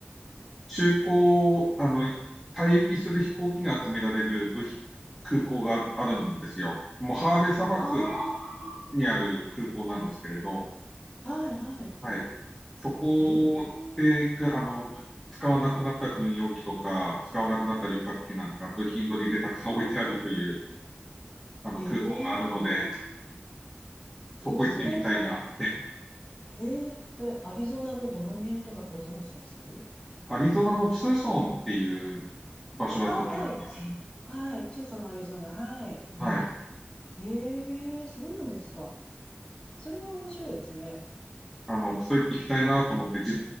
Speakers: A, in the centre; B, on the left.
A: 中古、あの、退役する飛行機が集められる部品空港があるんですよ。もうハーベイ砂漠
B: あ
A: にある空港なんですけれど、
B: あはい、は
A: はい。そこで、
B: い。え
A: くあの、使わなくなった軍用機とか、使わなくなった旅客機なんか、部品取りでたくさん置いてあるというあの空港があるので、
B: ええ
A: そこ行ってみたいな。
B: ええ、それは、ええそれアリゾナのどの辺とかご存知です
A: アリゾナのツーソンっていう場所だったと思います。
B: あ、はい。はい。トゥーサン、アリゾナ。はい。
A: はい。
B: ええそうなんですか。それは面白いですね。
A: あの、それ行きたいなと思って、